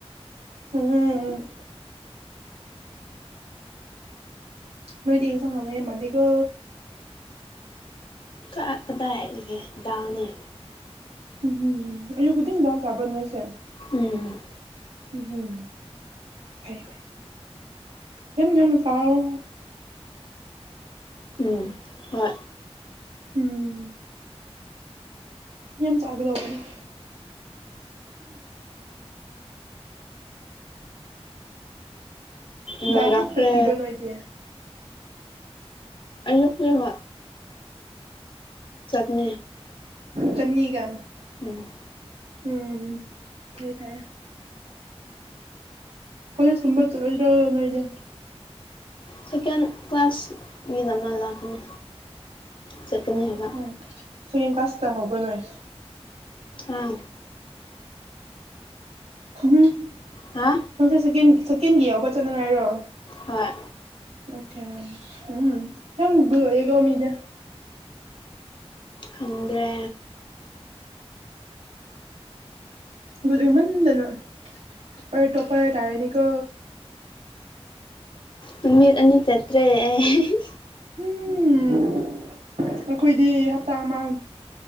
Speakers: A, on the right; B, on the left.
A: ꯎꯝ ꯅꯣꯏꯗꯤ ꯏꯟꯁꯥꯡ ꯍꯥꯎꯅꯩ ꯃꯥꯜꯂꯤꯀꯣ
B: ꯑꯥ ꯀꯗꯥꯏꯗꯒꯤ ꯗꯥꯜꯅꯦ
A: ꯎꯝ ꯑꯌꯨꯛ ꯈꯨꯗꯤꯡ ꯗꯥꯎ ꯆꯥꯕ ꯅꯣꯏꯁꯦ
B: ꯎꯝ
A: ꯎꯝꯍꯝ ꯐꯩ ꯐꯩ ꯌꯥꯝ ꯌꯥꯝ ꯆꯥꯎꯑꯣ
B: ꯎꯝ ꯍꯣꯏ
A: ꯎꯝ ꯌꯥꯝ ꯆꯥꯒꯗꯧꯕꯅꯤ ꯑꯍꯝ
B: ꯅꯣꯏ
A: ꯗꯥꯜ
B: ꯂꯥꯛꯇꯦ
A: ꯈꯛꯇ ꯄꯤꯕ꯭ꯔꯥ ꯅꯣꯏꯗꯤ
B: ꯑꯌꯨꯛꯀꯤ ꯍꯣꯏ ꯆꯠꯅꯤ
A: ꯆꯠꯅꯤꯒ
B: ꯎꯝ
A: ꯎꯝ ꯐꯔꯦ ꯐꯔꯦ ꯀꯣꯂꯦꯖ ꯀꯨꯝꯕ ꯆꯠꯂꯣꯏꯗ꯭ꯔꯣ ꯅꯣꯏꯗꯤ
B: ꯁꯦꯀꯦꯟ ꯀ꯭ꯂꯥꯁ ꯒꯤꯗ ꯑꯃ ꯂꯥꯛꯀꯅꯤ ꯆꯠꯀꯅꯤ ꯍꯥꯏꯕ
A: ꯑꯣ ꯁꯦꯀꯦꯟ ꯀ꯭ꯂꯥꯁ ꯇꯥ ꯍꯧꯕ꯭ꯔꯥ ꯅꯣꯏ
B: ꯑꯥ
A: ꯎꯝꯍꯨꯝ
B: ꯍꯥ
A: ꯅꯪꯁꯦ ꯁꯦꯀꯦꯟ ꯁꯦꯀꯦꯟꯒꯤ ꯌꯥꯎꯕ ꯆꯠꯅꯉꯥꯏꯔꯣ
B: ꯍꯣꯏ
A: ꯑꯣꯀꯦ ꯎꯝ ꯌꯝ ꯒꯨꯗ ꯑꯣꯏꯀꯣ ꯃꯤꯗꯤ
B: ꯈꯪꯗ꯭ꯔꯦ
A: ꯒꯨꯗ ꯑꯣꯏꯃꯟꯗꯅ ꯇꯣꯄꯔ ꯇꯣꯄꯔ ꯇꯔꯅꯤꯀꯣ
B: ꯅꯨꯃꯤꯠ ꯑꯅꯤ ꯆꯠꯇ꯭ꯔꯦ ꯑꯩ ꯍꯤꯍꯤ
A: ꯎꯝ ꯑꯩꯈꯣꯏꯗꯤ ꯍꯞꯇꯥ ꯑꯃ